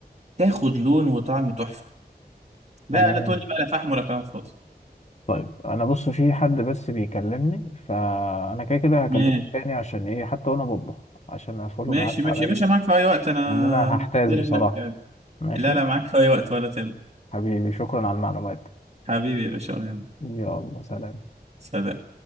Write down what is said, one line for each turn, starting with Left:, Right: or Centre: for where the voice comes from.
Right: تاخد لون وطعم تحفه بقى
Left: تمام
Right: لا تقول لي بقى لا فحم ولا كلام فاضي
Left: طيب انا بص في حد بس بيكلمني فانا كده كده هكلمك
Right: ماشي
Left: تاني عشان ايه حتى وانا بطبخ عشان افولو
Right: ماشي
Left: معاك
Right: ماشي
Left: على
Right: يا
Left: ال-
Right: باشا معاك في اي وقت انا
Left: لان انا هحتاس
Right: لك
Left: بصراحه
Right: نفسي عادي
Left: ماشي
Right: لا لا معاك في اي وقت ولا تهم
Left: حبيبي شكرا على المعلومات
Right: حبيبي يا باشا ولا يهمك.
Left: دي. يلا سلام
Right: سلام